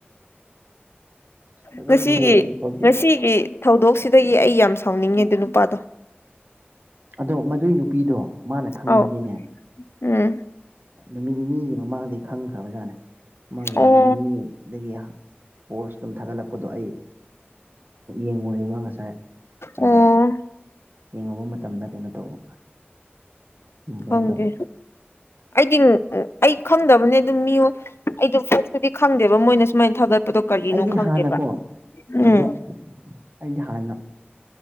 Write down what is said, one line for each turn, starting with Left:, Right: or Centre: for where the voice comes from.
Right: ꯑꯗꯨꯗꯤ
Left: ꯉꯁꯤꯒꯤ
Right: ꯍꯦ ꯑꯗꯨ ꯐꯩ
Left: ꯉꯁꯤꯒꯤ ꯊꯧꯗꯣꯛꯁꯤꯗꯒꯤ ꯑꯩ ꯌꯥꯝ ꯁꯥꯎꯅꯤꯡꯉꯦ ꯑꯗꯨ ꯅꯨꯄꯥꯗꯣ
Right: ꯑꯗꯣ ꯃꯗꯨꯏ ꯅꯨꯄꯤꯗꯣ ꯃꯥꯅ ꯈꯪꯕꯗꯤꯅꯦ
Left: ꯑꯧ ꯎꯝ
Right: ꯅꯨꯃꯤꯠ ꯅꯤꯅꯤꯒꯤ ꯃꯃꯥꯡꯗꯒꯤ ꯈꯪꯈ꯭ꯔꯕ ꯖꯥꯠꯅꯦ ꯃꯥꯒꯤ
Left: ꯑꯣ
Right: ꯅꯨꯃꯤꯠ ꯅꯤꯅꯤꯒꯤ ꯑꯗꯒꯤ ꯄꯣꯁꯇꯝ ꯊꯥꯒꯠꯂꯛꯄꯗꯣ ꯑꯩ ꯌꯦꯡꯉꯦꯕ ꯉꯁꯥꯏ ꯑꯗꯨꯗ
Left: ꯑꯣ
Right: ꯌꯦꯡꯉꯨꯕ ꯃꯇꯝꯗ ꯀꯩꯅꯣ ꯇꯧꯕ ꯀꯩꯅꯣ
Left: ꯈꯪꯗꯦ
Right: ꯇꯧꯋꯦ
Left: ꯑꯩꯗꯤ ꯑꯩ ꯈꯪꯗꯕꯅꯦ ꯑꯗꯨꯝ ꯃꯤꯌꯣ ꯑꯩꯗꯣ ꯄꯣꯠꯁꯨꯨꯗꯤ ꯈꯪꯗꯦꯕ ꯃꯣꯏꯅ ꯁꯨꯃꯥꯏꯅ ꯊꯥꯒꯠꯄꯗꯣ ꯀꯔꯤꯅꯣ
Right: ꯑꯩꯗꯤ
Left: ꯈꯪꯗꯦꯕ
Right: ꯍꯥꯟꯅꯀꯣ ꯍꯧꯖꯤꯛ
Left: ꯎꯝ
Right: ꯑꯗꯤ ꯍꯥꯟꯅ